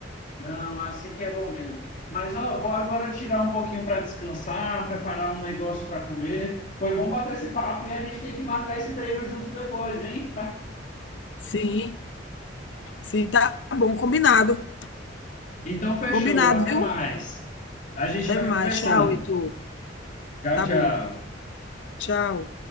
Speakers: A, on the left (about 45°); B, on the left (about 70°).
A: Não, assim que é bom mesmo. Mas ó, vou agora tirar um pouquinho para descansar, preparar um negócio para comer. Foi bom bater esse papo e a gente tem que marcar esse treino junto depois, hein?
B: Sim, sim, tá bom, combinado.
A: Então fechou,
B: Combinado,
A: até
B: viu?
A: mais. A gente
B: Até
A: vai
B: mais.
A: conversando.
B: Tchau, Heitor.
A: Tchau,
B: Tá
A: tchau.
B: bom. Tchau.